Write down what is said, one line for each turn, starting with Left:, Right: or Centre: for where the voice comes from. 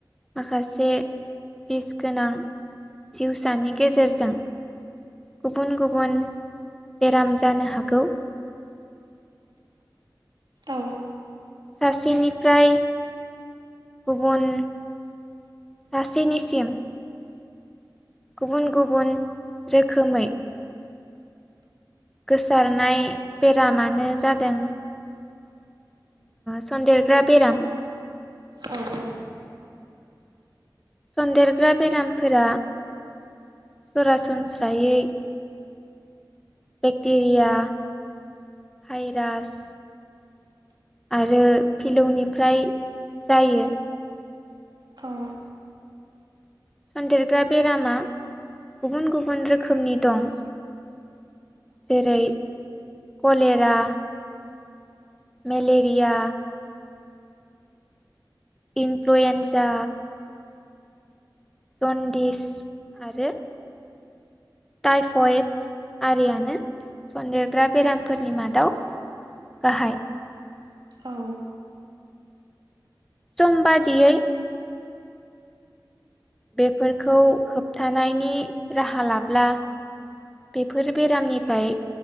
Centre: माखासे बिस गोनां जिउसानि गेजेरजों गुबुन गुबुन बेराम जानो हागौ।
Right: औउ।
Centre: सासेनिफ्राय गुबुन सासेनिसिम गुबुन गुबुन रोखोमै गोसारनाय बेरामानो जादों सन्देरग्रा बेराम।
Right: औ औ।
Centre: सन्देरग्रा बेरामफोरा सरासनस्रायै बेक्टेरिया भाइरास आरो फिलौनिफ्राय जायो
Right: औ
Centre: सनदेरग्रा बेरामा गुबुन गुबुन रोखोमनि दं। जेरै कलेरा मेलेरिया इनफ्लुएन्जा जन्दिस आरो टाइफयड आरियानो सनदेरग्रा बेरामफोरनि मादाव गाहाय
Right: औ
Centre: सम बादियै बेफोरखौ होबथानायनि राहा लाब्ला बेफोर बेरामनिफ्राय